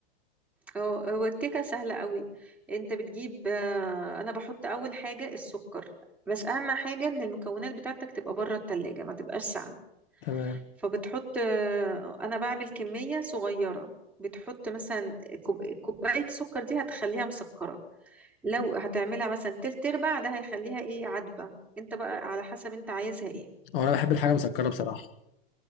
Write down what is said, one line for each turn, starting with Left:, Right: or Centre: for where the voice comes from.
Centre: هو هو الكيكه سهله قوي انت بتجيب آه، انا بحط اول حاجه السكر بس اهم حاجه ان المكونات بتاعتك تبقى بره التلاجة ما تبقاش ساقعه
Left: تمام
Centre: فبتحط آه، انا بعمل كمية صغيرة بتحط مثلا كوب- كوباية سكر دي هتخليها مسكرة لو هتعملها مثلا تلت ارباع ده هيخليها ايه عدبة انت بقى على حسب انت عايزها ايه
Left: هو انا بحب الحاجه مسكره بصراحه